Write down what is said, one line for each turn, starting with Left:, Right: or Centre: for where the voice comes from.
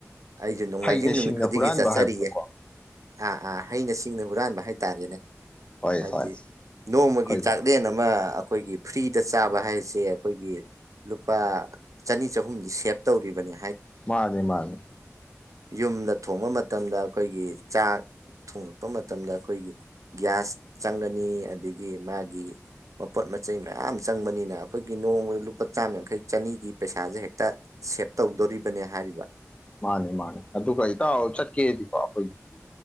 Right: ꯑꯩꯁꯨ ꯅꯣꯡꯃꯥꯏꯖꯤꯡ
Left: ꯍꯩꯅ
Right: ꯅꯨꯃꯤꯠ
Left: ꯁꯤꯡꯅ
Right: ꯈꯨꯗꯤꯡꯒꯤ
Left: ꯍꯨꯔꯥꯟꯕ
Right: ꯆꯠꯆꯔꯤꯌꯦꯦ
Left: ꯍꯥꯏꯕꯗꯣꯀꯣ
Right: ꯑꯥ ꯑꯥ ꯍꯩꯅ ꯁꯤꯡꯅ ꯍꯨꯔꯥꯟꯕ ꯍꯥꯏꯇꯥꯔꯦꯅꯦ
Left: ꯍꯣꯏ
Right: ꯍꯥꯏꯕꯗꯤ
Left: ꯍꯣꯏ
Right: ꯅꯣꯡꯃꯒꯤ
Left: ꯑꯩꯈꯣꯏ
Right: ꯆꯥꯛꯂꯦꯟ ꯑꯃ ꯑꯩꯈꯣꯏꯒꯤ ꯐ꯭ꯔꯤꯗ ꯆꯥꯕ ꯍꯥꯏꯁꯦ ꯑꯩꯈꯣꯏꯒꯤ ꯂꯨꯄꯥ ꯆꯅꯤ ꯆ ꯑꯍꯨꯝꯗꯤ ꯁꯦꯞ ꯇꯧꯔꯤꯕꯅꯦ
Left: ꯃꯥꯅꯦ ꯃꯥꯅꯦ
Right: ꯌꯨꯝꯗ ꯊꯣꯡꯕ ꯃꯇꯝꯗ ꯑꯩꯈꯣꯏꯒꯤ ꯆꯥꯛ ꯊꯨꯡꯉꯛꯄ ꯃꯇꯝꯗ ꯑꯩꯈꯣꯏꯒꯤ ꯒ꯭ꯌꯥꯁ ꯆꯪꯒꯅꯤ ꯑꯗꯒꯤ ꯃꯥꯒꯤ ꯃꯄꯣꯠ ꯃꯆꯩ ꯃꯌꯥꯝ ꯆꯪꯕꯅꯤꯅ ꯑꯩꯈꯣꯏꯒꯤ ꯅꯣꯡꯃꯗ ꯂꯨꯄꯥ ꯆꯥꯝ ꯌꯥꯡꯈꯩ ꯆꯅꯤꯒꯤ ꯄꯩꯁꯥꯁꯦ ꯍꯦꯛꯇ ꯇ ꯁꯦꯞ ꯇꯧꯗꯣꯔꯤꯕꯅꯦ ꯍꯥꯏꯔꯤꯕ
Left: ꯃꯥꯅꯤ ꯃꯥꯅꯤ ꯑꯗꯨꯒ ꯏꯇꯥ ꯆꯠꯀꯦꯗꯤꯀꯣ ꯑꯩꯈꯣꯏꯒꯤꯗꯤ